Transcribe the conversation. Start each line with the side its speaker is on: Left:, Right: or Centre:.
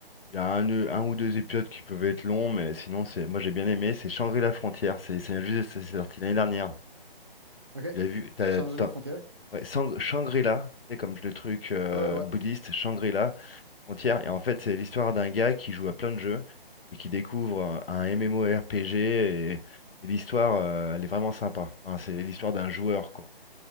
Left: Il y a un, un ou deux épisodes qui peuvent être longs, mais sinon, c'est, moi j'ai bien aimé. C'est Shangri-La Frontière, c'est c'est juste, c'est sorti l'année dernière.
Right: OK.
Left: Tu l'as vu, t'as-
Right: Changer
Left: t'en-
Right: la frontière.
Left: Ouais, Sang- Shangri-La, c'est comme le truc euh,
Right: Ah, ouais.
Left: bouddhiste, Shangri-La, frontière. Et en fait, c'est l'histoire d'un gars qui joue à plein de jeux et qui découvre euh, un MMORPG. Et, et l'histoire, euh, elle est vraiment sympa. Enfin, c'est l'histoire d'un joueur, quoi,